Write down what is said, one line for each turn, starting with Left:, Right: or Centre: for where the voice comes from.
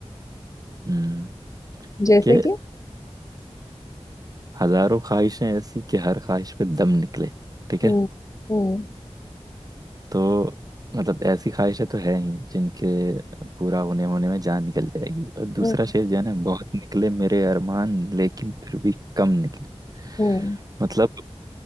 Right: हम्म
Left: जैसे
Right: कि
Left: कि
Right: हजारों ख्वाहिशें ऐसी कि हर ख्वाहिश पे दम निकले ठीक
Left: हम्म
Right: है
Left: हम्म
Right: तो मतलब ऐसी ख्वाहिशें तो है ही जिनके पूरा होने होने में जान निकल जाएगी और दूसरा
Left: हम्म
Right: शेर जो है ना बहुत निकले मेरे अरमान लेकिन फिर भी कम निकले
Left: हम्म
Right: मतलब